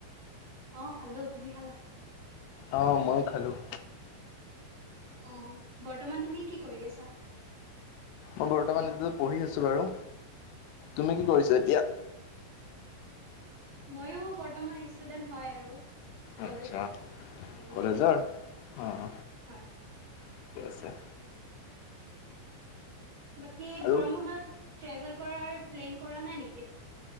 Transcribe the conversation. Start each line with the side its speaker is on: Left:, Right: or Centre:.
Right: অ', খালোঁ, তুমি খালা?
Left: অ', ময়ো খালোঁ।
Right: অ', বৰ্তমান তুমি কি কৰি আছা?
Left: মই বৰ্তমান এইটো পঢ়ি আছোঁ বাৰু, তুমি কি কৰিছা এতিয়া?
Right: ময়ো বৰ্তমান ষ্টুডেন্ট হয় আৰু। কলেজ
Left: আচ্ছা,
Right: কলেজত
Left: কলেজৰ?
Right: যাওঁ
Left: অহ।
Right: হয়।
Left: ঠিক আছে।
Right: বাকী
Left: আৰু
Right: গৰম বন্ধত ট্ৰেভেল কৰাৰ প্লেন কৰা নাই নেকি?